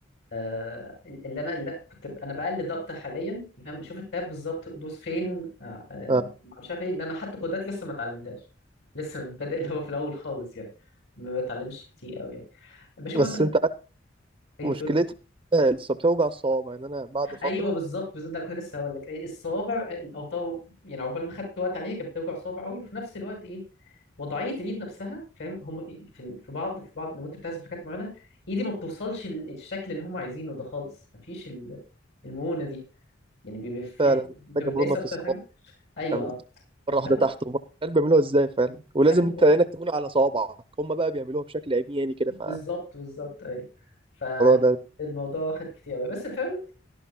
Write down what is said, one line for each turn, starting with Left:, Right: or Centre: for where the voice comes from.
Left: آه، اللي انا اللي كنت ب- انا بقلد اكتر حاليا يعني فاهم بشوف التاب بالظبط دوس فين آه، آه،
Right: آه.
Left: مش عارف ايه لان انا حتى كودات لسه ما اتعلمتهاش لسه بادئ اللي هو في الاول خالص يعني ما بتعلمش كتير قوي يعني بشوف
Right: بس
Left: مثلا
Right: انت عارف
Left: ايه
Right: مشكلتها
Left: بتقول
Right: لسه بتوجع الصوابع يعني انا بعد فترة
Left: ايوه بالظبط بالظبط ده كنت لسه هقول لك إيه، الصوابع الاوطار يعني عقبال ما خدت وقت عليها كانت بتوجع صوابع قوي وفي نفس الوقت ايه وضعيه اليد نفسها فاهم هم إيه، في في بعض في بعض لو انت بتعزف حاجات معينه ايدي ما بتوصلش ال- الشكل اللي هم عايزينه ده خالص مفيش ال- المونه دي يعني بيبقى في
Right: فعلا
Left: انت
Right: محتاجة
Left: بتدايس
Right: مرونة
Left: اكتر
Right: في الصوابع
Left: حاجه ايوه
Right: تعمل
Left: آه.
Right: إيه؟
Left: بتاخد
Right: مرة واحدة تحت ومرة مش عارف بيعملوها ازاي فعلا
Left: بتاخد
Right: ولازم انت عينك تكون على صوابعك هم بقى بيعملوها بشكل عمياني كده
Left: بالظبط
Right: فالموضوع
Left: بالظبط ايوه فالموضوع
Right: ده
Left: واخد كتير قوي بس فاهم